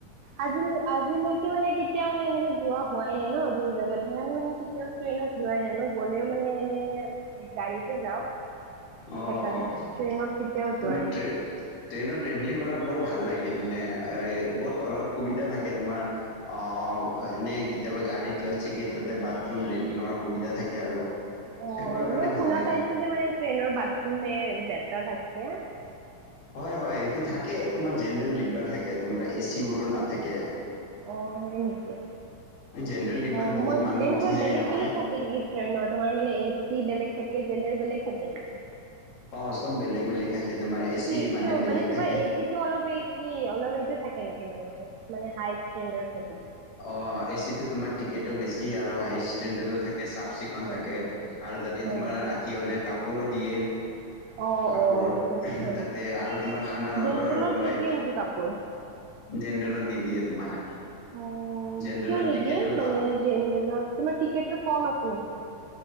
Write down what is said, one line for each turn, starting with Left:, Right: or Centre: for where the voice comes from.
Right: আজিল আজিলৈকে মানে কেতিয়া মানে এনেকা যোৱা হোৱাই নাই ন দূৰ জাগাত। সেইকাৰণে মানে কেতিয়াও ট্ৰেইনত ধোৱাই নাই মই গ'লেও মানে এনে গাড়ীতে যাওঁ।
Left: অ'
Right: সেইকাৰণে ট্ৰেইনত কেতিয়াও যোৱাই
Left: তোমাৰ
Right: নাই
Left: ট্ৰেইনৰ ট্ৰেভেলিং কৰা বৰ ভাল লাগে মানে এই বহুত অলপ সুবিধা থাকে তোমাৰ অ' এনেই কেতিয়াবা গাড়ীত যোৱাট ছগি তাতে বাথৰুম লেট্ৰিনৰ সুবিধা থাকে আৰু।
Right: অ',
Left: সেইবোৰৰ
Right: অ',
Left: কাৰণে
Right: মই শুনা
Left: ভাল লাগে
Right: পাইছো যে মানে ট্ৰেইনৰ বাট তু মে লেটৰা থাকে।
Left: হয় হয় এটো থাকে তোমাৰ জেনেৰেল ডিব্বাৰ থাকে তোমাৰ এ চিবোৰো নাথাকে।
Right: আহ হয় নেকি?
Left: জেনেৰেল ডিব্বাত
Right: অ
Left: বহুত
Right: মই
Left: মানুহ
Right: এনেকুৱা
Left: উঠি যায়
Right: বেলেগ
Left: নহয়
Right: বেলেগ থাকে নেকি তোমাৰ মানে সি বেলেগ থাকে জেনেল বেলেগ থাকে নেকি
Left: অ চব বেলেগ বেলেগ থাকে তোমাৰ এ চি
Right: কি কিয়
Left: বেলেগ
Right: মানে তোমাৰ
Left: থাকে
Right: এচি টো অলপ এই কি অলপ এইটো থাকে কেনেকে মানে মানে হাই ষ্টেডাৰ থ
Left: অ এচিতো তুমাৰ টিকতো বেছি আৰু হাইষ্ট থ চাফ চিকুণ
Right: অ'
Left: থাকে আৰু যাতে
Right: হয়
Left: তোমাৰ
Right: নেকি
Left: ৰাতি হ'লে কাপোৰো দিয়ে
Right: অ'
Left: কাপোৰৰ
Right: অ' সেইটো হয়
Left: তাতে
Right: নেকি
Left: আৰু তোমাৰ খানাৰ অৰ্ডাৰো
Right: জেনেৰেলত
Left: লয়
Right: নিদিয়ে নেকি কাপোৰ
Left: জেনেৰেলত নিদিয়ে তোমাৰ
Right: অ
Left: জেনেৰেলত
Right: কিয় নিদিয়ে
Left: টিকেটৰ
Right: মানে
Left: দাম
Right: জেনেৰেলত তোমাৰ টিকটৰ কম আছে নেকি